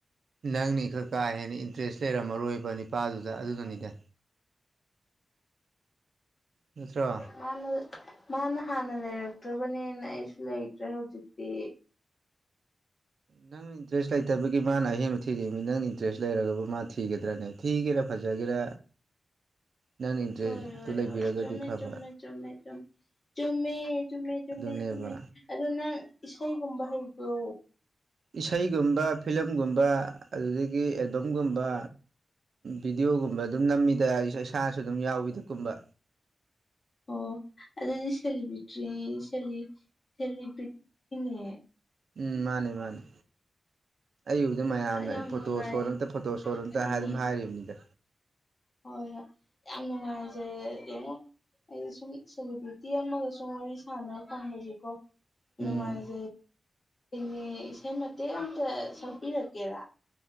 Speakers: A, on the right (about 65°); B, on the left (about 40°).
A: ꯅꯪꯅꯤ ꯈ꯭ꯔ ꯀꯥ ꯍꯦꯟꯅ ꯏꯟꯇꯔꯦꯁ ꯂꯩꯔꯝꯃꯔꯣꯏꯕ ꯅꯤꯄꯥꯗꯨꯗ ꯑꯗꯨꯗꯨꯅꯤꯗ ꯅꯠꯇ꯭ꯔꯣ
B: ꯃꯥꯅꯤ ꯃꯥꯅ ꯍꯥꯟꯅ ꯂꯩꯔꯛꯇ꯭ꯔꯕꯅꯦꯅ ꯑꯩꯁꯨ ꯂꯩꯇ꯭ꯔꯦ ꯍꯧꯖꯤꯛꯇꯤ
A: ꯅꯪꯅ ꯏꯟꯇꯔꯦꯁ ꯂꯩꯇꯕꯒꯤ ꯃꯥꯅ ꯑꯍꯦꯟꯕ ꯊꯤꯔꯤꯝꯅꯤ ꯅꯪꯅ ꯏꯟꯇꯔꯦꯁ ꯂꯩꯔꯒꯕꯨ ꯃꯥ ꯊꯤꯒꯗ꯭ꯔꯥꯅꯦ ꯊꯤꯒꯦꯔꯥ ꯐꯖꯒꯦꯔꯥ ꯅꯪꯅ ꯏꯟꯇꯔꯦꯁꯇꯨ
B: ꯍꯣꯏ ꯍꯣꯏ
A: ꯂꯩꯕꯤꯔꯒꯗꯤ
B: ꯍꯣꯏ ꯆꯨꯝꯃꯦ
A: ꯐꯕ
B: ꯆꯨꯝꯃꯦ ꯆꯨꯝꯃꯦ ꯆꯨꯝ ꯆꯨꯝꯃꯦ ꯆꯨꯝꯃꯦ ꯆꯨꯝꯃꯦ
A: ꯑꯗꯨꯅꯦꯕ
B: ꯆꯨꯝꯃꯦ ꯑꯗꯣ ꯅꯪ ꯏꯁꯩꯒꯨꯝꯕ ꯍꯩꯕ꯭ꯔꯣ
A: ꯏꯁꯩꯒꯨꯝꯕ ꯐꯤꯂꯝꯒꯨꯝꯕ ꯑꯗꯨꯗꯒꯤ ꯑꯦꯜꯕꯝꯒꯨꯝꯕ ꯚꯤꯗꯤꯑꯣꯒꯨꯝꯕ ꯑꯗꯨꯝ ꯅꯝꯃꯤꯗ ꯏꯁꯥ ꯏꯁꯥꯁꯨ ꯑꯗꯨꯝ ꯌꯥꯎꯋꯤꯗ ꯀꯨꯝꯕ
B: ꯑꯣ ꯑꯗꯨꯗꯤ ꯁꯦꯂꯤꯕ꯭ꯔꯤꯇꯔꯤ ꯁ‌ꯦꯂꯤ ꯁꯦꯂꯤꯕ꯭ꯔꯤꯇꯤꯅꯦ
A: ꯎꯝ ꯃꯥꯅꯤ ꯃꯥꯅꯤ ꯑꯩ ꯎꯕꯗ ꯃꯌꯥꯝꯅ
B: ꯑꯩ ꯌꯥꯝ
A: ꯐꯣꯇꯣ
B: ꯅꯨꯡꯉꯥꯏꯌꯦ
A: ꯁꯣꯠ ꯑꯝꯇ ꯐꯣꯇꯣ ꯁꯣꯠ ꯑꯝꯇ
B: ꯎꯝ
A: ꯍꯥꯏꯗꯨꯝ ꯍꯥꯏꯔꯤꯕꯅꯤꯗ
B: ꯍꯣꯏ ꯍꯣ ꯌꯥꯝ ꯅꯨꯡꯉꯥꯏꯖꯔꯦ ꯌꯦꯡꯉꯨ ꯑꯩꯗꯤ ꯁꯨꯝ ꯁꯦꯂꯦꯕ꯭ꯔꯤꯇꯤ ꯑꯃꯒ ꯁꯨꯝ ꯋꯥꯔꯤ ꯁꯥꯟꯅꯕ ꯐꯪꯕꯁꯦꯀꯣ
A: ꯎꯝ
B: ꯅꯨꯡꯉꯥꯏꯖꯩ <inaudible> ꯅꯦ ꯏꯁꯩ ꯃꯇꯦꯛ ꯑꯃꯝꯇ ꯁꯛꯄꯤꯔꯛꯀꯦꯔꯥ